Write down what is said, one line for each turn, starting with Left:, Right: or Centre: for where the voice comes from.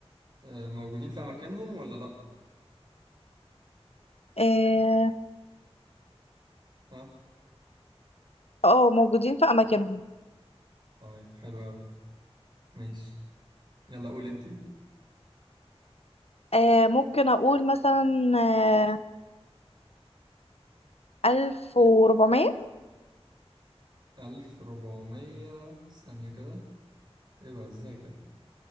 Right: آه، موجودين في مكانهم ولا لأ؟
Left: اه
Right: ها
Left: آه، موجودين في اماكنهم
Right: طيب حلو أوي ماشي يلا قولي أنتي
Left: آه ممكن اقول مثلا آه 1400
Right: ألف ربعمية ثانية كده إيه بقى إزاي كده؟